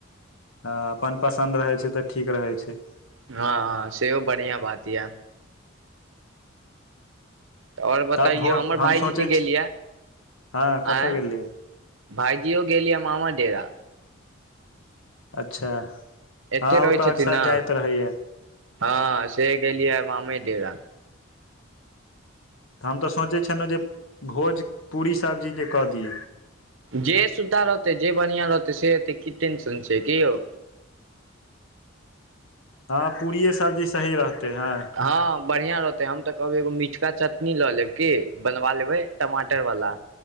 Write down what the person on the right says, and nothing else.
हँ हँ सेहो बढ़िआँ बात यै त और बतैयौ
हमर
भायजी
जे गेलियै
आँय
भाइजियो गेलियै मामा डेरा
एत्ते
रहै
छथिन
न
हँ सेहे गेलियै मामे डेरा
जे सुविधा रहतै जे बढ़िआ रहतै से हेतै की टेंशन छै कियौ
हँ बढ़िंया रहते हम त कहबै एगो मिठका चटनी ल लेब की बनवा लेबै टमाटर वाला